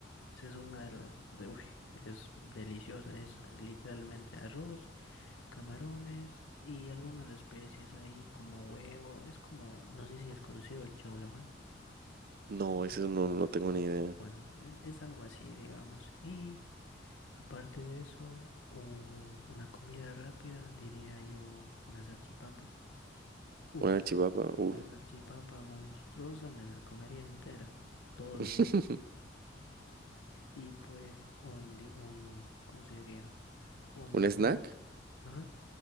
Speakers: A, on the left; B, on the right.
A: esa es una de las... De, uy, es deliciosa. Es literalmente arroz. camarones y algunas especies ahí como huevo. Es como, no sé si es conocido el chaulafán.
B: No, eso no, no tengo ni idea.
A: Bueno, es, es algo así, digamos. Y aparte de eso, un- una comida rápida, diría yo, una salchipapa. Uf,
B: Una chivapa,
A: una
B: uff.
A: salchipapa monstruosa, me la comería entera, todos
B: <laughs>
A: los días. Y pues un, di- un, ¿cómo se diría? Un
B: ¿Un
A: snack.
B: snack?
A: ajá